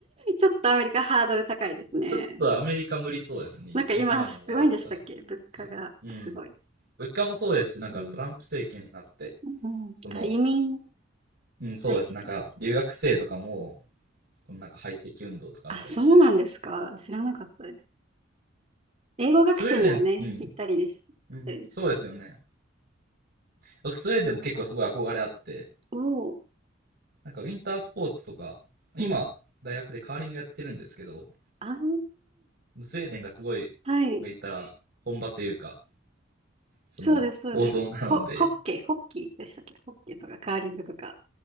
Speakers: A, on the right; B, on the right.
A: ちょっとアメリカハードル高いですね。
B: ちょっとアメリカ無理そうですよね、今。
A: なんか今すごいんでしたっけ物価がすごい。
B: 今今のままだったら。うん。物価もそうですし、なんかトランプ政権になって、
A: うん。うん。
B: その、
A: あ、移民に
B: うん、そうです。
A: 対して。
B: なんか、留学生とかも、このなんか排斥運動とかあったりして。
A: あ、そうなんですか。知らなかったです。英語学習にはね、
B: スウェーデン、うん、
A: ぴったりでした。ぴったりです。
B: うん。そうですよね。僕、スウェーデンも結構すごい憧れあって、
A: おお。
B: なんかウィンタースポーツとか、今、
A: うん。
B: 大学でカーリングやってるんですけど、
A: ああ。
B: スウェーデンがすごい、
A: はい。
B: まあ、言ったら、本場というか、その、
A: そうです、そうです。
B: 王道なので、
A: ホ、ホッケー、ホッキーでしたっけホッケーとかカーリングとか。